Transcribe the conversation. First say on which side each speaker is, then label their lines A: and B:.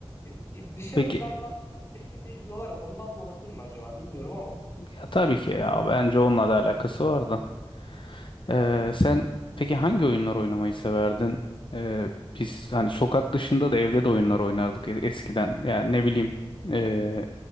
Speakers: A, on the left (about 25°); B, on the left (about 55°).
A: e, e, dışarıda
B: Peki
A: biraz daha tekin değil diyorlar ya ondan da olabilir mi acaba bilmiyorum ama.
B: ya tabii ki ya bence onunla da alakası vardı. Ee, sen peki hangi oyunlar oynamayı severdin? Ee, biz hani sokak dışında da evde de oyunlar oynardık e- eskiden. Yani ne bileyim e,